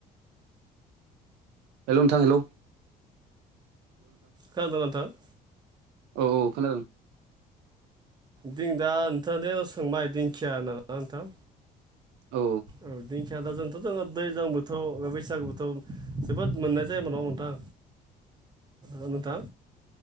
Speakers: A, on the right; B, on the right.
A: हेलौ नोंथां हेलौ
B: खोनादों नोंथां?
A: औ औ खोनादों
B: जिं दा नोंथांदे सोंबाय दिंखिया होनना ना नोंथां
A: औ
B: ओ दिंख खिया दा जोंथ' जों दैज्लां बोथोर बैसागु बोथोर जोबोद मोननाय जाया नङाहोमबा नोथां ओ नोथां